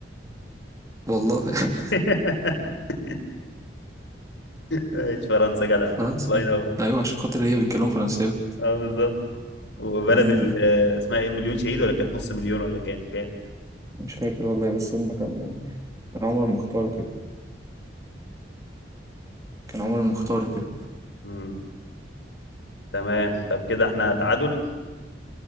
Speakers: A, on the right (about 20°); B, on the left (about 75°).
A: والله <laughs>
B: <laughs> ماشي فرنسا جدع
A: فرنسا
B: الله ينور
A: ايوه عشان خاطر هي بيتكلموا فرنساوي
B: اه بالظبط وبلد
A: ايوه
B: ال- آه، اسمها ايه مليون شهيد ولا كانت نص مليون ولا كام كام
A: مش فاكر والله بس هم كانوا
B: مم.
A: كان عمر المختار وكده كان عمر المختار وكده
B: مم. تمام طب كده احنا تعادل